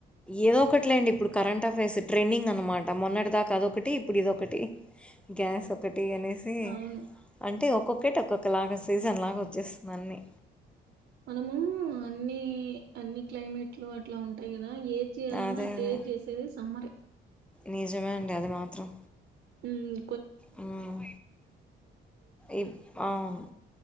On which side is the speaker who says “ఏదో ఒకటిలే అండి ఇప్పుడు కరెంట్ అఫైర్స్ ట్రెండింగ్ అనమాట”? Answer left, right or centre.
Centre